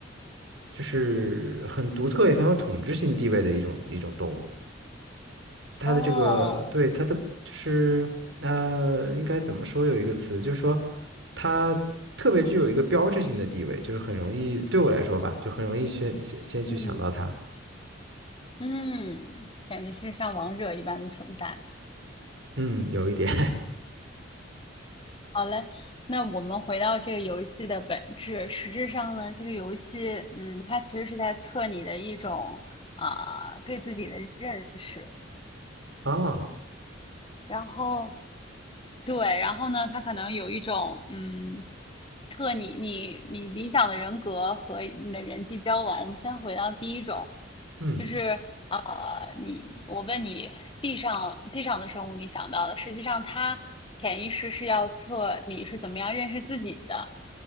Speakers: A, on the right; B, on the left.
A: 就是很独特也很有统治性地位的一种一种动物。它的这个对它的就是呃，
B: 哦，
A: 应该怎么说有一个词，就是说它特别具有一个标志性的地位，就是很容易对我来说吧，就很容易先先先去想到它。
B: 嗯嗯，感觉是像王者一般的存在。
A: 嗯，有一点
B: 好嘞，那我们回到这个游戏的本质，实质上呢，这个游戏，嗯，它其实是在测你的一种啊、对自己的认识。
A: <laughs> 啊，
B: 然后，对，然后呢，他可能有一种嗯，测你你你理想的人格和你的人际交往。我们先回到第一种，
A: 嗯
B: 就是呃，你我问你，地上地上的生物你想到的，实际上它潜意识是要测你是怎么样认识自己的，